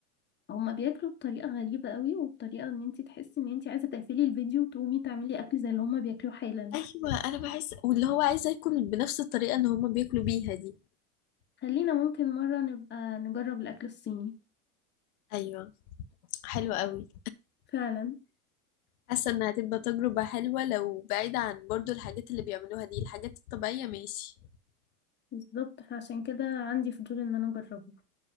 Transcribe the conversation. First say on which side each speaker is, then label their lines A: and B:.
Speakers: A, on the left (about 25°); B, on the left (about 70°).
A: هما بياكلوا بطريقه غريبه قوي وبطريقه ان انتي تحسي ان انتي عايزه تقفلي الفيديو وتقومي تعملي اكل زي اللي هما بياكلوه حالا
B: ايوه انا بحس واللي هو عايزة اكل بنفس الطريقة اللي هما بياكلوا بيها دي
A: خلينا ممكن مره نبقى نجرب الاكل الصيني
B: ايوه حلوة قوي
A: فعلا
B: حاسة انها هتبقى تجربة حلوة لو بعيدة عن برضو الحاجات اللي بيعملوها دي الحاجات الطبيعية ماشي
A: بالظبط فعشان كده عندي فضول ان انا اجربه